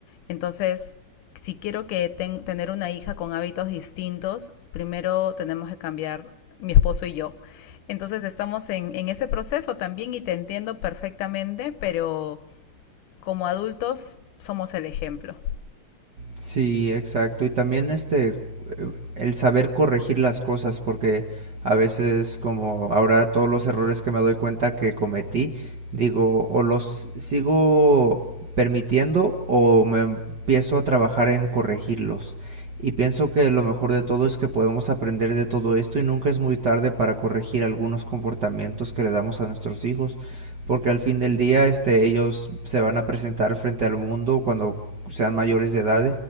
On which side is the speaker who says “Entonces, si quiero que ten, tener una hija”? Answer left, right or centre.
Left